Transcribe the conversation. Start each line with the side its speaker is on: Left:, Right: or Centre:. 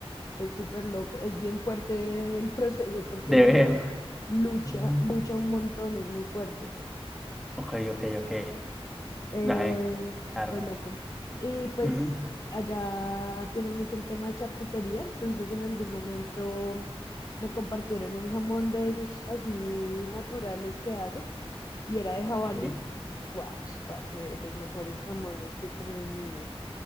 Left: Es súper loco, es bien fuerte el proceso porque
Centre: De
Left: el animal
Centre: ver.
Left: lucha,
Centre: Mm,
Left: lucha un montón, es muy fuerte.
Centre: Ok, ok, ok.
Left: Eh,
Centre: Dale, claro.
Left: re loco. Y pues
Centre: Ujú,
Left: allá tienen mucho el tema de charcutería, entonces en algún momento me compartieron un jamón de esos así naturales que hacen y era de jabalí.
Centre: sí, sí.
Left: Guash, parce, de los mejores jamones que he comido en mi vida.